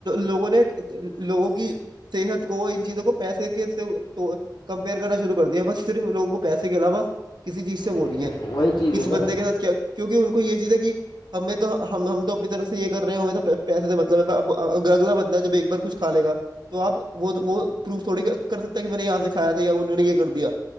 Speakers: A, on the right; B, on the left.
A: لوگوں نے لوگوں کی صحت کو ان چیزوں کو پیسے کے تو کمپیئر کرنا شروع کر دیا بس صرف لوگوں کو پیسے کے علاوہ کسی چیز سے
B: ہے
A: ہو رہی ہیں
B: وہی چیز
A: کس
B: ہے نا
A: بندے کے ساتھ کیا کیونکہ ان کو یہ چیز ہے کہ ہمیں تو ہم تو اپنی طرف سے یہ کر رہے ہوں میں تو پیسے کا مطلب ہے اگر اگلا بندہ ہے جب ایک بار کچھ کا لےا تو آپ وہ وہ پروف تھوڑی کر سکتے کہ میں نے یہاں سےکھایا تھا یا انہوں نے یہ کر دیا